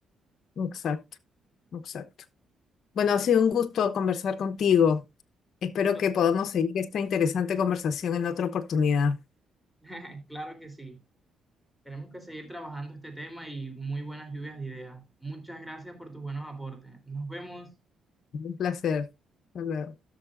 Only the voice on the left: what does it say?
Exacto, exacto. Bueno, ha sido un gusto conversar contigo. Espero
que podamos seguir esta interesante conversación en otra oportunidad.
Un placer. Hasta luego.